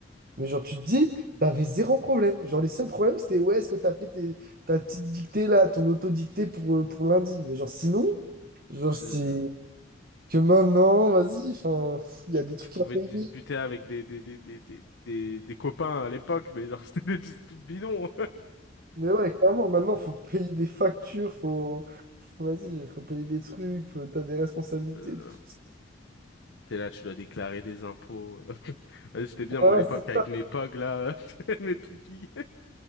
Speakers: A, on the right; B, on the left.
A: Mais genre, tu te dis, t'avais zéro problème. Genre, les seuls problèmes, c'était, ouais, est-ce que t'as fait tes- ta petite dictée là, ton auto-dictée pour, euh, pour lundi? Mais genre, sinon, genre,
B: te
A: c'est
B: jure.
A: que maintenant, vas-y, enfin, il
B: Tu,
A: y a des trucs
B: tu pouvais
A: à payer.
B: te disputer avec des, des, des, des, des, des, des copains à l'époque, mais genre, <laughs> c'était des disputes bidons.
A: Mais ouais, clairement, maintenant, faut payer des factures, faut, faut- vas-y, faut payer des trucs, faut- t'as des responsabilités,
B: Euh,
A: tout ça.
B: t'es là, tu dois déclarer des impôts. <laughs> J'étais bien,
A: Voilà,
B: moi, à l'époque,
A: c'est
B: avec mes pogs, là, <laughs> mes toupies.